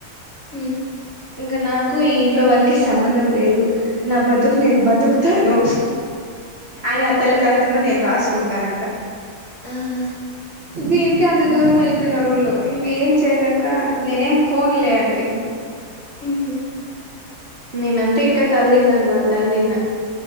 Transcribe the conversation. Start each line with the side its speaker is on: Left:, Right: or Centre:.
Left: ఉ
Right: ఇంకా నాకు ఇంట్లో వాళ్ళకి సంబంధం లేదు నా బదుకు నేను బతుకు తాను అ అతలో కా మొ లో నేను రాసుకుంటా అంట
Left: ఆహా
Right: దీనికినికి అంత దూరం వెళ్ళపోినారు వాళ్ళు ఇంక ఏం చెయలేక నేనేం ఫన్లే అంటీ
Left: ఆహా
Right: నేనంతా ఇప్పుడే తల తిన్నాను వాళ్ళు తల తిన్నా